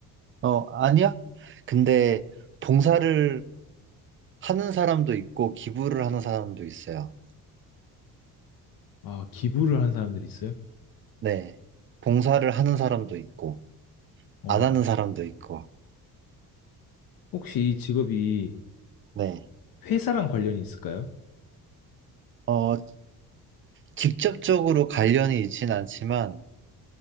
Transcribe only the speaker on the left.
아, 기부를 한 사람들이 있어요?
어,
혹시 이 직업이
회사랑 관련이 있을까요?